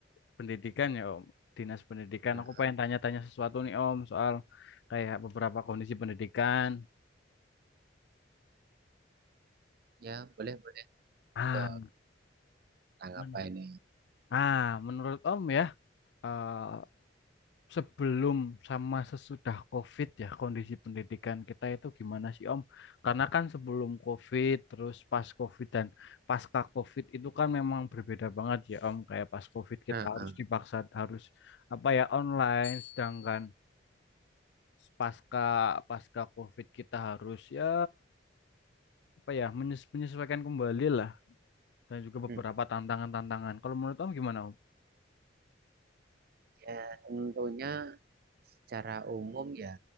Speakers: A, on the left (about 65°); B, on the right (about 50°).
A: pendidikan ya Om, dinas pendidikan.
B: Hmm,
A: Aku pengen tanya-tanya sesuatu nih Om soal kayak beberapa kondisi pendidikan.
B: Ya boleh boleh
A: Ah,
B: ke tanggapan
A: men-
B: ini.
A: ah, menurut Om ya, eh, sebelum sama sesudah COVID ya kondisi pendidikan kita itu gimana sih Om? Karena kan sebelum COVID terus pas COVID dan pasca COVID itu kan memang berbeda banget ya Om. Kayak pas COVID kita
B: Nah,
A: harus
B: ah,
A: dipaksa harus apa ya online, sedangkan pasca pasca COVID kita harus ya apa ya menyesu- menyesuaikan kembali lah dan juga
B: hmm.
A: beberapa tantangan-tantangan. Kalau menurut Om gimana Om?
B: Ya tentunya secara umum ya